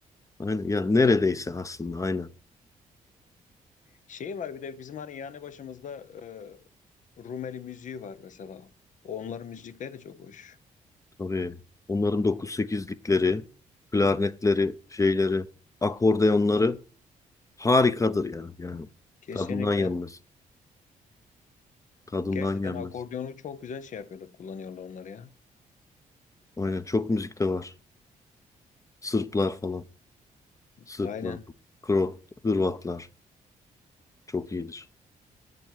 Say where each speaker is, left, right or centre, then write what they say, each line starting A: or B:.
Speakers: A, on the left; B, on the left.
A: Aynen. Yani neredeyse aslında aynen.
B: Şey var bir de bizim hani yani başımızda e, Rumeli müziği var mesela. Onların müzikleri de çok hoş.
A: Tabii. Onların dokuz sekizlikleri, klarnetleri, şeyleri, akordeonları
B: Evet,
A: harikadır yani. Yani
B: kesinlikle.
A: tadından yenmez. Tadından
B: Gerçekten
A: yenmez.
B: akordiyonu çok güzel şey yapıyorlar, kullanıyorlar onları ya.
A: Aynen çok müzik de var. Sırplar falan. Sırplar,
B: Aynen.
A: Kro- Hırvatlar çok iyidir.